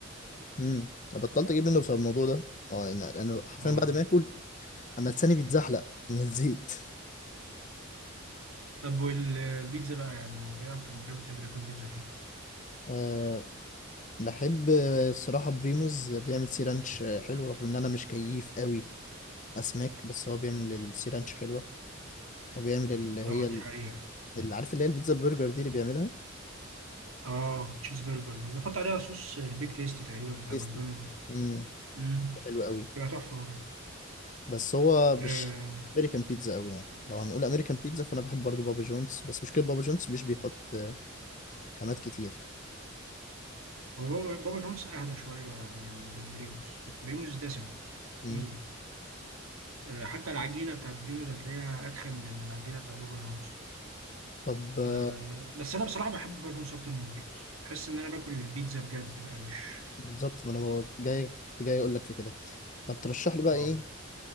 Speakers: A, on the left; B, on the right.
A: امم انا بطلت اجيب منه بسبب الموضوع ده اه انا أنا حرفيا
B: اه
A: بعد ما اكل انا لساني بيتزحلق من الزيت
B: طب والبيتزا بقى يعني ايه اكتر مكان بتحب تاكل بيتزا فيه
A: أه بحب آه، الصراحه بريموز بيعمل سي رانش آه، حلو رغم ان انا مش كيف قوي اسماك بس هو بيعمل السي رانش حلوه وبيعمل اللي هي
B: اه
A: ال-
B: دي حقيقة
A: اللي عارف اللي هي البيتزا البرجر دي اللي بيعملها
B: اه تشيز برجر دي بيحط عليها صوص البيك تيستي تقريبا بتاع
A: تيستي
B: ماكدونالدز
A: امم
B: امم
A: حلوه قوي
B: تبقى تحفة برضه
A: بس هو مش
B: آه،
A: امريكان بيتزا قوي يعني لو هنقول امريكان بيتزا فانا بحب برضو بابا جونز بس مشكله بابا جونز مش بيحط آه، خامات كتير
B: هو بابا بابا شمونس اهدى شويه من من بريموس يعني بريموس دسمه
A: مم.
B: تقيله آه، حتى العجينه بتاعت بريموس هتلاقيها اتخن من العجينه بتاعت بابا جونز
A: طب آه،
B: آه، بس انا بصراحه بحب بابا جونز اكتر من بريموس بحس ان انا باكل البيتزا بجد بقى مش
A: بالظبط ما انا بقول- جاي كنت جاي اقول لك في كده طب ترشح لي بقى
B: اه
A: ايه